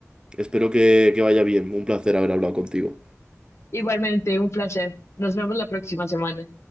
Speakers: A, on the right; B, on the left.
A: espero que, que vaya bien. Un placer haber hablado contigo.
B: <laughs> Igualmente, un placer. Nos vemos la próxima semana.